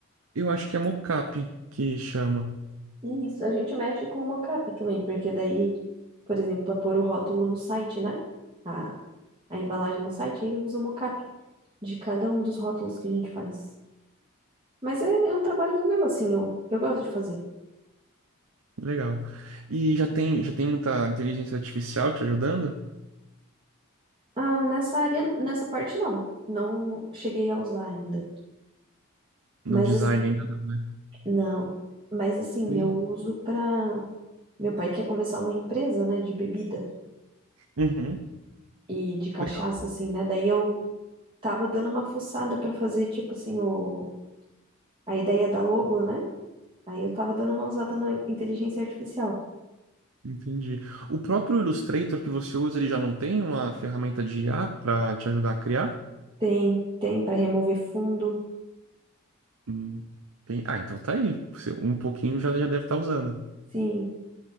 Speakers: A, on the right; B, on the right.
A: Eu acho que é mocap que chama.
B: Isso, a gente mexe com o mockup também, porque daí, por exemplo, para pôr o rótulo no site, né? A, a embalagem no site, aí usa o mockup de cada um dos rótulos que a gente faz. Mas é, é um trabalho legal, assim, eu, eu gosto de fazer.
A: Legal. E já tem, já tem muita inteligência artificial te ajudando?
B: Ah, nessa área, nessa parte não. Não cheguei a usar ainda.
A: No
B: Mas
A: design
B: assim,
A: ainda não, né?
B: não. Mas assim,
A: Bem,
B: eu uso pra. Meu pai quer começar uma empresa, né, de bebida
A: Uhum.
B: e de cachaça,
A: Legal.
B: assim, né? Daí eu tava dando uma fuçada pra fazer, tipo assim, o a ideia da logo, né? Aí eu tava dando uma usada na inteligência artificial.
A: Entendi. O próprio Illustrator que você usa, ele já não tem uma ferramenta de IA para te ajudar a criar?
B: Tem, tem para remover fundo.
A: Hum, tem- Ah, então tá aí. Você um pouquinho já, já deve estar usando.
B: Sim,